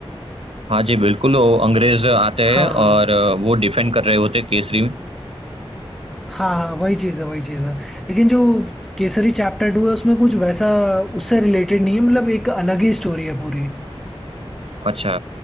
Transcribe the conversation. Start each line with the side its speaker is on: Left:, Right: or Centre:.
Right: हाँ जी बिल्कुल वो अंग्रेज आते
Centre: हाँ
Right: हैं और अ, वो डिफेंड कर रहे होते हैं केसरी में
Centre: हाँ हाँ वही चीज़ है
Right: जी।
Centre: वही चीज़ है लेकिन जो केसरी चैप्टर टू है उसमें कुछ वैसा उससे रिलेटेड नहीं है मतलब एक अलग ही स्टोरी है पूरी
Right: अच्छा